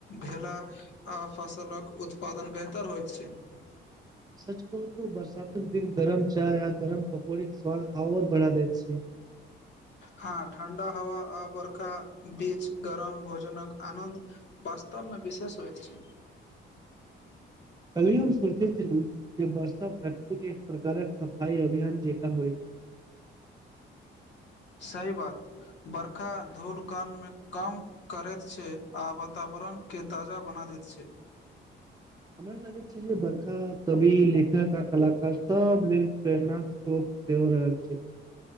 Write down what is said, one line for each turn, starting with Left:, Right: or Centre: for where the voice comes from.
Left: भेला। आ फसल कऽ उत्पादन बेहतर होइत छै। <inaudible>
Right: सच कहू त बरसातक दिन गरम चाय य गरम पकौड़ी कऽ स्वाद और बढ़ा दै छै।
Left: हँ ठण्डा हवा आ बरखा बीच गरम भोजनक आनन्द। वास्तवमे विशेष होत छै।
Right: कल्हियो हम सोचे छलु जे वर्षा प्रकृतिक एक प्रकारक सफाई अभियान जेक होइ छै।
Left: सही बात बरखा धूल कन मे कम। करैत छै आ वातावरण केँ ताजा बना दैत छै।
Right: हमरा लागैत छै जे बड़खा कवि लेखक आ कलाकार सब लेल प्रेरणाक स्रोत। सेहो रहल छै।